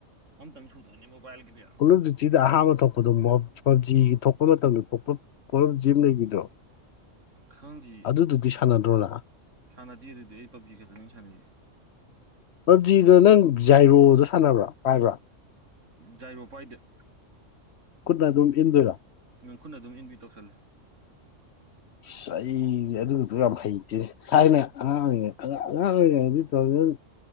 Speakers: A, on the right (about 70°); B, on the left (about 65°).
A: ꯑꯝꯇꯪ ꯁꯨꯗꯅꯤ ꯃꯣꯕꯥꯏꯜꯒꯤꯗꯤ
B: ꯀꯣꯠꯑꫭꯐꯗꯨꯇꯤꯗ ꯑꯍꯥꯟꯕ ꯊꯣꯛꯄꯗꯣ ꯃꯞ ꯄꯨꯖꯤꯒꯤ ꯊꯣꯛꯄ ꯃꯇꯝꯗ ꯊꯣꯛꯄ ꯄꯣꯠꯂꯝꯁꯤ ꯑꯃ ꯂꯩꯈꯤꯗꯣ
A: ꯈꯪꯗꯤꯌꯦ
B: ꯑꯗꯨꯗꯨꯗꯤ ꯁꯥꯟꯅꯗ꯭ꯔꯣ ꯅꯪ
A: ꯁꯥꯟꯅꯗꯦ ꯑꯗꯨꯗꯤ ꯑꯩ ꯄꯞꯖꯤ ꯈꯛꯇꯅꯤ ꯁꯥꯟꯅꯩ
B: ꯄꯕꯖꯤꯗꯣ ꯅꯪ ꯖꯥꯏꯔꯣꯗꯣ ꯁꯥꯟꯅꯕ꯭ꯔꯥ ꯄꯥꯏꯕ꯭ꯔꯥ
A: ꯖꯥꯏꯔꫭ ꯄꯥꯏꯗꯦ
B: ꯈꯨꯠꯅ ꯑꯗꯨꯝ ꯏꯟꯗꯣꯏꯔꯥ
A: ꯑꯥ ꯈꯨꯠꯟꯅ ꯑꯗꯨꯝ ꯏꯟꯕꯤ ꯇꯧꯁꯜꯂꯨ
B: INAUDIBLE ꯑꯩꯗꯤ ꯑꯗꯨꯛꯇ ꯌꯥꯝ ꯍꯩꯇꯦ ꯊꯥꯏꯅ ꯑꯉꯥꯡ ꯑꯣꯏꯔꯤꯉꯩ ꯑꯉꯥꯡ ꯑꯣꯏꯔꯤꯉꯩꯗꯤ ꯇꯧꯊꯧꯖꯥꯜ